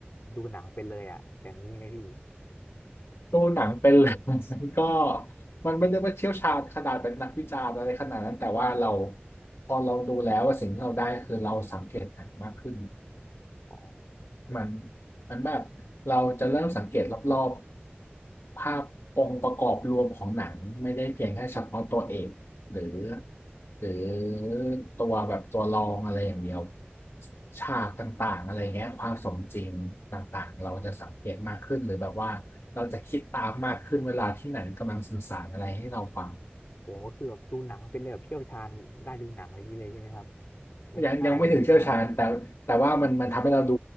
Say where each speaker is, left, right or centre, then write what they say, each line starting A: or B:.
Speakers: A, on the left (about 50°); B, on the left (about 90°).
A: ดูหนังเป็นเลยอะอย่างนี้ไหมพี่
B: ดูหนังเป็นเลย <laughs> มันก็มันไม่ได้ว่าเชี่ยวชาญขนาดเป็นนักวิจารณ์อะไรขนาดนั้นแต่ว่าเราพอเราดูแล้วว่าสิ่งที่เราได้คือเราสังเกตหนังมากขึ้น
A: อ๋อ
B: มันมันแบบเราจะเริ่มสังเกตรอบๆภาพองค์ประกอบรวมของหนังไม่ได้เพียงแค่เฉพาะตัวเอกหรือหรือตัวแบบตัวรองอะไรอย่างเดียวฉากต่างๆอะไรเงี้ยความสมจริงต่างๆเราจะสังเกตมากขึ้นหรือแบบว่าเราจะคิดตามมากขึ้นเวลาที่หนังกำลังสื่อสารอะไรให้เราฟัง
A: โหคือแบบดูหนังเป็นเลยแบบเชี่ยวชาญได้ดูหนังอะไรอย่างนี้เลยใช่ไหมครับงั้นก็น่าเรียนมากนี่
B: ยังยังไม่ถึงเชี่ยวชาญแต่แต่ว่ามันมันทำให้เราดู